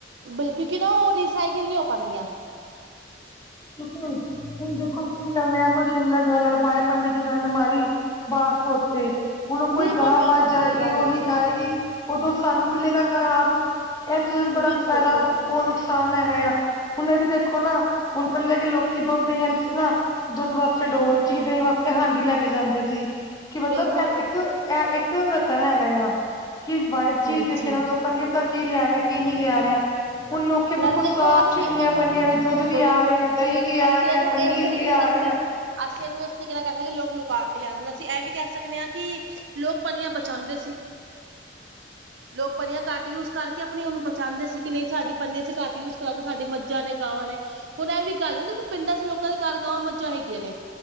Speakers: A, on the right; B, on the left.
A: ਬਲਕਿ ਕਿਉਂਕਿ ਨਾ ਉਹ ਰੀਸਾਈਕਲ ਨਹੀਂ ਹੋ ਪਾਉਂਦੀਆਂ।
B: ਕਿਉਂ। ਹੁਣ ਦੇਖੋ ਕੀ ਕਰਨੇ ਆ ਕੋਈ ਛਿੱਲੜ ਛਲੜ ਪਾਏ ਪੰਨੇ 'ਚ ਗੰਢ ਮਾਰੀ ਬਾਹਰ ਸੁੱਟ। ਤੇ ਹੁਣ ਉਹ
A: ਬਿਲਕੁਲ
B: ਕੋਈ ਗਾਂ,
A: ਬਿਲਕੁਲ
B: ਮੱਝ
A: ਸਹੀ
B: ਆਏਗੀ
A: ਗੱਲ ਹੈ
B: ਉਹੀ
A: ਜੀ
B: ਖਾਏਗੀ। ਉਦੋਂ ਸਾਨੂੰ ਮਿਲੇਗਾ ਖ਼ਰਾਬ ਇਹ ਚੀਜ਼ਾਂ ਦਾ ਬੜਾ
A: ਬਿਲਕੁਲ
B: ਫਾਇਦਾ
A: ਬਿਲਕੁਲ
B: ਹੋ ਉਹਨ ਨੁਕਸਾਨ ਹੈਗਾ ਆ ਹੁਨੇ ਵੀ ਦੇਖੋ ਨਾ ਹੁਣ ਪੱਲੇ ਕਿ ਲੋਕੀ ਦੁੱਧਈਆਂ ਲ ਨਾ ਦੁੱਧ ਵਾਸਤੇ ਡੋਲ ਚੀ ਦੇ ਵਾਸਤੇ ਹਾਂਡੀ ਲੈ ਕੇ ਜਾਂਦੇ ਸੀ ਕਿ ਮਤਲਬ
A: ਬਿਲਕੁਲ
B: ਇਹ ਇੱਕ ਇਹ ਇੱਕ ਰਤਨ ਹੈਗਾ ਆ ਕਿ ਵਾਈਟ ਚੀਜ਼
A: ਜੀ
B: ਦੇਖੇ
A: ਜੀ
B: ਇਹ ਲੋਕਾਂ ਨੂੰ ਵੀ ਪਤਾ ਕੀ ਲਿਆ ਰਿਹਾ ਕੀ ਨਹੀਂ ਲਿਆ ਰਿਹਾ ਹੁਣ ਲੋਕ
A: ਨਾਲੇ
B: ਬਿਲਕੁਲ
A: ਦੇਖੋ
B: ਸਾਫ਼
A: ਅਸੀਂ
B: ਛੁਟੀਆਂ
A: ਇਹਨੂੰ
B: ਬਣੀਆਂ ਵੀ ਦ ਵੀ
A: ਬਿਲਕੁਲ
B: ਆ ਰਿਹਾ ਦਹੀਂ ਵੀ
A: ਅਸੀਂ
B: ਆ ਰਿਹਾ
A: ਇਹਨੂੰ
B: ਪਨੀਰ
A: ਇਸ ਤਰੀਕੇ
B: ਵੀ
A: ਨਾਲ
B: ਆ ਰਿਹਾ
A: ਅਸੀਂ ਇਹਨੂੰ ਇਸ ਤਰੀਕੇ ਨਾਲ ਕਹਿ ਸਕਦੇ ਲੋਕ ਲੁਕਾ ਕੇ ਲਿਆਦੇ ਹੁਣ ਅਸੀਂ ਇਹ ਵੀ ਕਹਿ ਸਕਦੇ ਹਾਂ ਕਿ ਲੋਕ ਪਾਣੀਆਂ ਬਚਾਉਂਦੇ ਸੀ ਲੋਕ ਪਰਿਆ ਕਾਟ ਉਸ ਕਰਕੇ ਆਪਣੇ ਉਹਨੂੰ ਬਚਾਉਂਦੇ ਸੀ ਕਿ ਨਹੀਂ ਸਾਡੀ ਪੰਨੀ ਅਸੀਂ ਘੱਟ ਯੂਜ ਕਰਾਂਗੇ ਸਾਡੀ ਮੱਝਾਂ ਨੇ ਗਾਵਾਂ ਨੇ ਹੁਣ ਇਹ ਵੀ ਗੱਲ ਦੇਖੋ ਪਿੰਡਾਂ ਚ ਲੋਕਾਂ ਦੇ ਕਾਰਗਹਾਂ ਮੱਝਾਂ ਹੈਗੀਆਂ ਨੇ